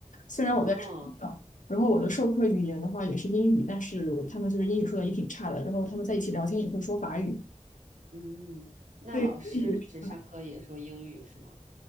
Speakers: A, on the left; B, on the right.
A: 虽然我在啊，
B: 哦，
A: 然后我的授课语言的话也是英语，但是他们就是英语说的也挺差的。然后他们在一起聊天也会说法语，
B: 嗯，那老师就是上课也说英语是吗？
A: 对一学期